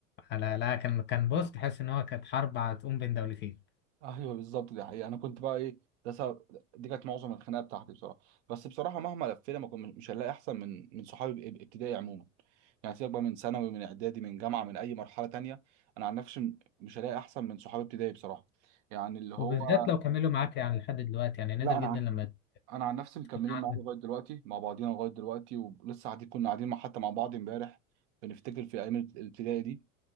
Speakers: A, on the left; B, on the right.
A: لا لا كان كان بص تحس ان هو كانت حرب هتقوم بين دولتين
B: ايوه بالظبط دي حقيقة انا كنت بقى ايه ده سبب دي كانت معظم الخناقه بتاعتي بصراحه بس بصراحه مهما لفينا ما كنت مش هنلاقي احسن من من صحابي بإب- ابتدائي عموما يعني سيبك بقى من ثانوي من اعدادي من جامعه من اي مرحله تانية انا عن نفسي م- مش هلاقي احسن من صحابي ابتدائي بصراحه يعني اللي هو
A: وبالذات لو كملوا معاك يعني لحد دلوقتي يعني نادر
B: لا
A: جدا
B: انا عن-
A: لما
B: انا عن نفسي مكملين
A: تكون عندك
B: معايا لغايه دلوقتي مع بعضينا لغايه دلوقتي ولسه قاعدين كنا قاعدين مع حتى مع بعض امبارح بنفتكر في ايام الابتدائي دي